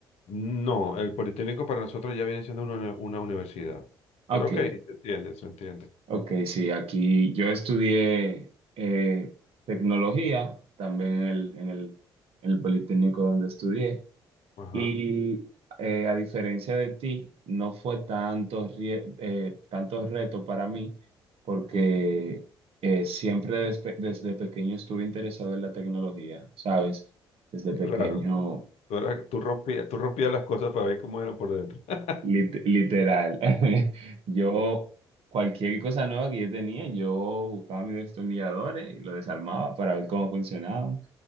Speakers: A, on the left (about 60°); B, on the right (about 50°).
A: No, el Politécnico para nosotros ya viene siendo una, uni- una universidad.
B: Ok,
A: Pero ok, se entiende, se entiende.
B: Ok, sí, aquí yo estudié eh, tecnología también en el, en el, en el Politécnico donde estudié
A: Ajá,
B: y eh, a diferencia de ti, no fue tanto, rie- eh, tanto reto para mí porque eh, siempre despe- desde pequeño estuve interesado en la tecnología, ¿sabes? Desde pequeño
A: claro. Tú, eras- tú rompías, tú rompías las cosas para ver cómo eran por dentro. <laughs>
B: Lit- literal. <laughs> Yo, cualquier cosa nueva que yo tenía, yo buscaba mis destornilladores y lo desarmaba para ver cómo funcionaban.